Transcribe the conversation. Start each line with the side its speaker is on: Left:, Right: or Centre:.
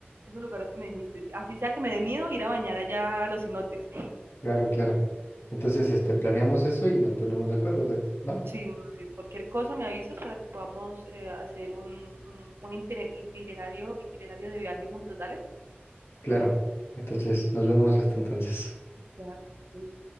Right: esos lugares que me dijiste. Así sea que me dé miedo ir a bañar allá a los cenotes.
Left: Claro, claro. Entonces, este, planeamos eso y nos ponemos de acuerdo, ¿de- ¿va?
Right: Si, no, si cualquier cosa me avisas para que podamos eh, hacer un, un, un itinerario, itinerario de viaje juntos, dale.
Left: Claro. Entonces, nos vemos hasta entonces.
Right: Ya, ahí